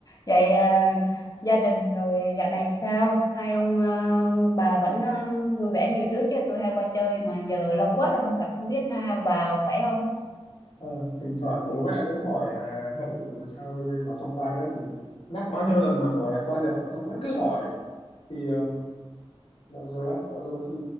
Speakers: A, on the left; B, on the left.
A: Vậy à, gia đình rồi dạo này sao? Hai ông à, bà vẫn à, vui vẻ như trước chứ tôi hay qua chơi mà giờ lâu quá rồi không gặp không biết na ông bà khỏe không?
B: Ờ, thỉnh thoảng bố mẹ cũng hỏi là hậu sao nó không qua nữa thì nhắc bao nhiêu lần rồi bỏ là qua Nhật rồi xong vẫn cứ hỏi thì um, dạo rồi á dạo rồi thì